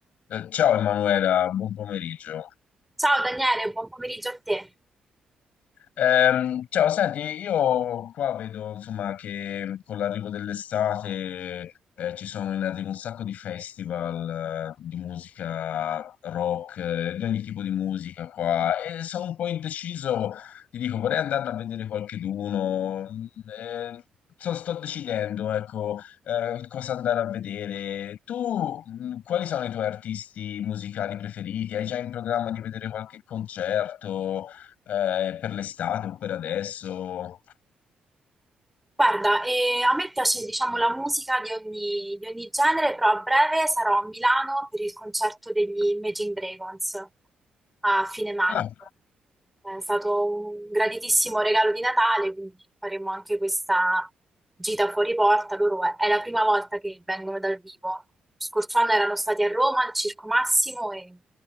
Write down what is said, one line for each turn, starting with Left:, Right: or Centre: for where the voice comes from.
Left: Eh, ciao Emanuela, buon pomeriggio.
Centre: Ciao Daniele, buon pomeriggio a te.
Left: Ehm, ciao, senti, io qua vedo insomma che con l'arrivo dell'estate eh, ci sono in arrivo un sacco di festival eh, di musica rock, eh, di ogni tipo di musica qua e sono un po' indeciso, ti dico, vorrei andarne a vedere qualcheduno. Mm, eh, so- sto decidendo, ecco, eh, cosa andare a vedere. Tu, mm, quali sono i tuoi artisti musicali preferiti? Hai già in programma di vedere qualche concerto? eh, per l'estate o per adesso?
Centre: Guarda, eh, a me piace, diciamo, la musica di ogni, di ogni genere, però a breve sarò a Milano per il concerto degli Imagine Dragons a fine maggio.
Left: Ah,
Centre: È stato un graditissimo regalo di Natale, quindi faremo anche questa gita fuori porta. Loro è, è la prima volta che vengono dal vivo. Lo Scorso anno erano stati a Roma al Circo Massimo e